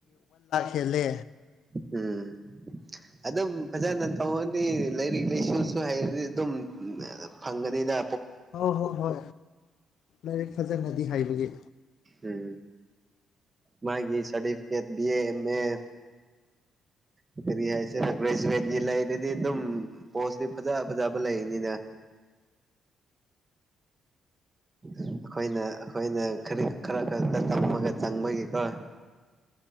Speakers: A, on the left; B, on the right.
A: <unintelligible> ꯈꯦꯂꯦ
B: ꯎꯝ ꯑꯗꯨꯝ ꯐꯖꯅ ꯇꯧꯔꯅꯤ ꯂꯥꯏꯔꯤꯛ ꯂꯥꯏꯁꯨꯁꯨ ꯍꯩꯔꯗꯤ ꯑꯗꯨꯝ ꯐꯪꯉꯅꯤꯅ
A: ꯍꯣꯏ ꯍꯣꯏ ꯍꯣꯏ ꯂꯥꯏꯔꯤꯛ ꯐꯖꯅꯗꯤ ꯍꯥꯏꯕꯒꯤ
B: ꯎꯝ ꯃꯥꯒꯤ ꯁꯔꯇꯤꯐꯦꯠ ꯕꯤ ꯑꯦꯦꯝ ꯑꯦ ꯎ ꯀꯔꯤ ꯍꯥꯏꯁꯤꯦꯔ ꯒ꯭ꯔꯦꯖꯨꯋꯦꯠꯀꯤ ꯂꯩꯔꯗꯤ ꯑꯗꯨꯝ ꯄꯣꯁꯇꯤ ꯐꯖ ꯐꯖꯕ ꯂꯩꯅꯤꯅ <inaudible> ꯑꯩꯈꯣꯏꯅ ꯑꯩꯈꯣꯏꯅ ꯈ ꯈꯔ ꯈꯛꯇ ꯇꯝꯃꯒ ꯆꯪꯕꯒꯤꯀꯣ <inaudible>